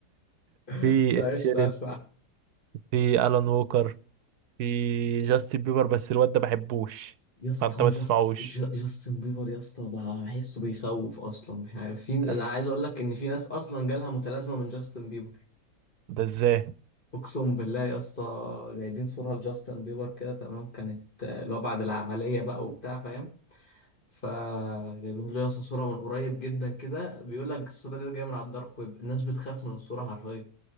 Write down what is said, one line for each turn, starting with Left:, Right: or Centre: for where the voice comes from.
Left: <laughs>
Right: في
Left: فقشطة
Right: إد شيرين
Left: اسمع
Right: في الان ووكر في جاستن بيبر بس الواد ده بحبوش
Left: يا اسطى
Right: فانت ما
Left: جاست
Right: تسمعوش
Left: ج- جاستن بيبر يا اسطى بقى بحسه بيخوف اصلا مش عارف في انا
Right: أس-
Left: عايز اقول لك ان في ناس اصلا جالها متلازمة من جاستن بيبر
Right: ده ازاي
Left: اقسم بالله يا اسطى جايبين صوره لجاستن بيبر كده تمام كانت آه، اللي هو بعد العمليه بقى وبتاع فاهم فجايبين له يا اسطى صوره من قريب جدا كده بيقول لك الصوره دي جايه من على الدارك ويب الناس بتخاف من الصوره حرفيا